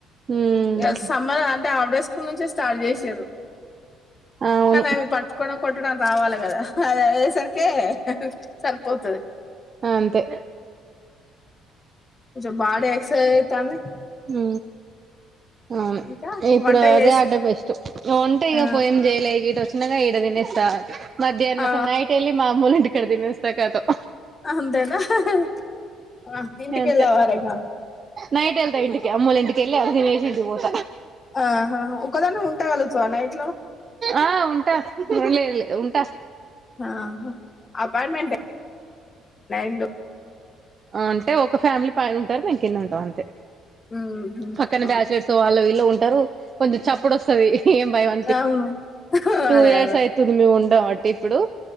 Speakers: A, on the right (about 35°); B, on the left (about 25°).
A: ఉమ్
B: ఇ సమ్మరా అంటే ఆవిడే స్కూల్ నుంచి <unintelligible> ఎసిర్రు
A: అవును
B: కానీ అయనకు పట్టుకోవడం కొట్టడం రావట్ల రావాలగదా అది అయ్యే సరికే సరిపోతది
A: అంతే
B: కొంచెం బాడీ పెరగతాంది
A: హ్ అవును
B: ఇంకా
A: ఇప్పుడు
B: వంట
A: అదే
B: చేసి
A: అడ్డబెస్ట్ ఒంటే ఇక
B: ఆ
A: పోయిందె ఇక గిట్ వచ్చినాక ఈడ తినేస్తా మధ్యాహ్న
B: ఆ
A: అసల్ నైట్ళ్ ఎల్లి మా అమ్మాలింటి కాడ తినొస్తా ఖతం
B: అంతేనా హ హ అ ఇంటికెళ్లే
A: అంతే
B: వాల్లంగా
A: నైట్ వెళ్తా ఇంటికి అమ్మోలింటికి ఎల్లి అటు తినేసి ఇటు పోత
B: ఆహా ఒకదానీవే ఉంట కలుగతవా నైటు
A: ఆ ఉంటా వెళ్ళలేదు లే ఉంట
B: ఆహా అపార్ట్మెంటేనా ఇల్లు
A: అంటే ఒక ఫ్యామిలీ పైన ఉంటారు మేం కింద ఉంటాం అంతే
B: ఊహూ
A: పక్కన
B: ఓ
A: బ్యాచ్లర్స్ వాళ్ళు వీళ్లు ఉంటారు కొంచెం చప్పుడు వస్తది ఏం భయం లేదు
B: అవును
A: టూ
B: అదే
A: ఇయర్స్
B: అదే
A: అయితుంది ఉండబట్టి ఇప్పుడు